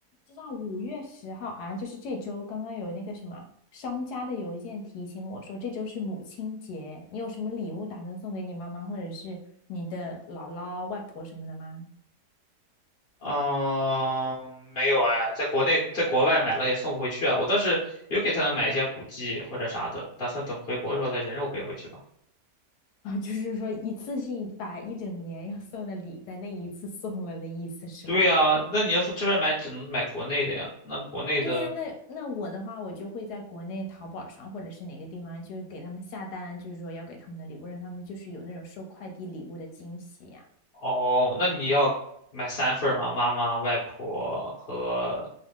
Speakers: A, on the left; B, on the left.
A: 知道五月十号好像就是这周，刚刚有那个什么商家的邮件提醒我说这周是母亲节，你有什么礼物打算送给你妈妈或者是你的姥姥、外婆什么的吗？
B: 嗯，没有哎，在国内在国外买了也送不回去啊。我倒是有给他们买一些补剂或者啥的，打算等回国的时候再人肉背回去吧。
A: 啊，就是说一次性把一整年要送的礼在那一次送了的意思是吧？
B: 对呀，那你要从这边买，只能买国内的呀。那国内的
A: 对呀，那那我的话，我就会在国内淘宝上或者是哪个地方，就是给他们下单，就是说要给他们的礼物，让他们就是有那种收快递礼物的惊喜呀。
B: 哦，那你要买三份儿吗？妈妈、外婆和